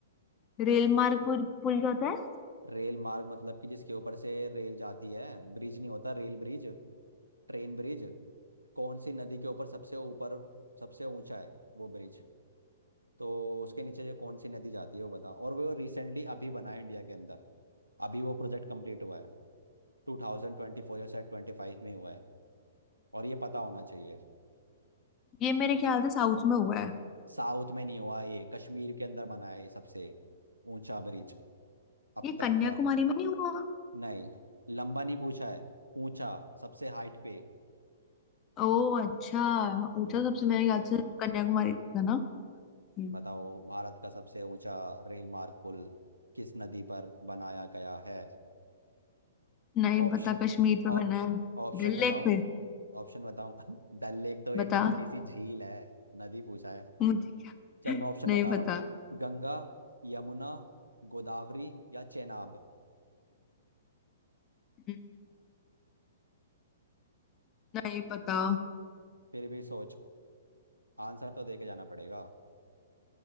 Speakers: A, on the left; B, on the right.
A: रेल मार्ग पुल पुल क्या होता है
B: रेल मार्ग मतलब कि जिसके ऊपर से रेल जाती है ब्रिज नहीं होता रेल ब्रिज ट्रेन ब्रिज कौन सी नदी के ऊपर सबसे ऊपर सबसे ऊंचा है वो ब्रिज तो उसके नीचे जो कौन सी नदी जाती है वो बता और वो रिसेंटली अभी बना है इंडिया के अंदर अभी वो प्रोजेक्ट कंप्लीट हुआ है टू थाउजेंड ट्वेंटी फोर या शायद ट्वेंटी फाइव में ही हुआ है और ये पता होना चाहिए
A: ये मेरे ख्याल से साउथ में हुआ है
B: साउथ में नहीं हुआ ये कश्मीर के अंदर बना है ये सबसे ऊंचा ब्रिज अब
A: ये
B: तक
A: कन्याकुमारी
B: का
A: में नहीं हुआ
B: नहीं लंबा नहीं पूछा है ऊंचा सबसे हाइट पे
A: ओह अच्छा ऊंचा
B: हम्म
A: सबसे मेरे ख्याल से कन्याकुमारी था ना हम्म।
B: बताओ भारत का सबसे ऊंचा रेल मार्ग पुल किस नदी पर बनाया गया है
A: नहीं
B: ऑप्शन
A: पता कश्मीर पे
B: ऑप,
A: बना है
B: ऑप्शन
A: डल
B: बताऊं
A: लेक पे
B: ऑप्शन बताऊं <laughs> डल लेक तो
A: बता
B: एक छोटी सी झील है नदी पूछा है
A: मुझे क्या
B: चल
A: <laughs>
B: मैं ऑप्शन
A: नहीं
B: बता रहा
A: पता
B: हूँ गंगा यमुना गोदावरी या चेनाब
A: हम्म, नहीं पता
B: फिर भी सोच आंसर तो दे के जाना पड़ेगा